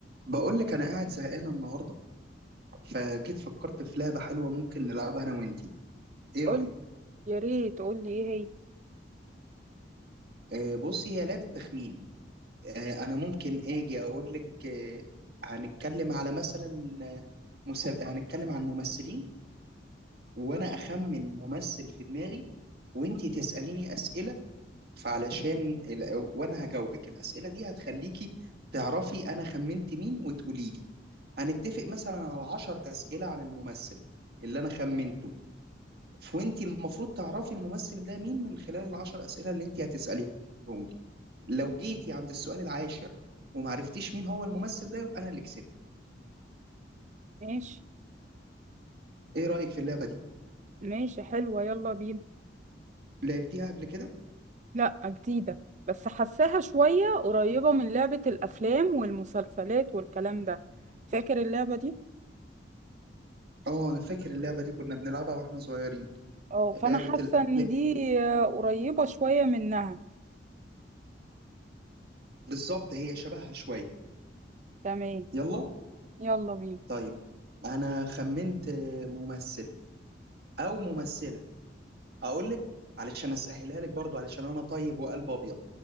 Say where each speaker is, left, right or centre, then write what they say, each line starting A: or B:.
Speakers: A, on the right (about 60°); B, on the right (about 40°).
A: بقول لك انا قاعد زهقان النهارده فجيت فكرت في لعبه حلوه ممكن نلعبها انا وانتي ايه
B: قول
A: رايك
B: يا ريت قول لي ايه هي
A: آه بصي هي لعبه تخمين آه انا ممكن اجي اقول لك آه هنتكلم على مثلا آه، مسل... هنتكلم عن ممثلين وانا اخمن ممثل في دماغي وانتي تساليني اسئله فعلشان ال... وانا هجاوبك الاسئله دي هتخليكي تعرفي انا خمنت مين وتقولي لي هنتفق مثلا على عشر اسئله عن الممثل اللي انا خمنته فوانت المفروض تعرفي الممثل ده مين من خلال العشر اسئله اللي انت هتساليهم لي. لو جيتي عند السؤال العاشر وما عرفتيش مين هو الممثل ده يبقى انا اللي كسبت
B: ماشي
A: ايه رايك في اللعبه دي
B: ماشي حلوة يلا بينا
A: لعبتيها قبل كده
B: لا جديدة بس حساها شوية قريبة من لعبة الأفلام والمسلسلات والكلام ده فاكر اللعبة دي؟
A: اه انا فاكر اللعبه دي كنا بنلعبها واحنا صغيرين
B: اه
A: لعبه
B: فأنا حاسة
A: الافلام
B: إن دي آه، قريبة شوية منها
A: بالظبط هي شبهها شويه
B: تمام
A: يلا
B: يلا بينا
A: طيب انا خمنت ممثل او ممثله اقول لك علشان اسهلها لك برضو علشان انا طيب وقلب ابيض